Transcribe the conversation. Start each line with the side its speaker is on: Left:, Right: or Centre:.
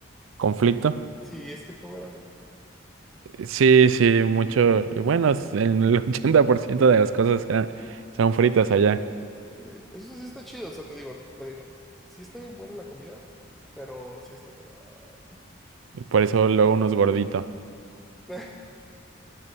Right: ¿Conflicto?
Centre: sí, es que todo era frito.
Right: Sí, sí, mucho. Bueno, es- en el <laughs> 80% de las cosas eran, son fritas allá.
Centre: Sí, eso sí está chido, o sea, te digo, te digo, sí está bien buena la comida, pero sí está como, ay.
Right: Por eso luego uno es gordito.
Centre: <laughs>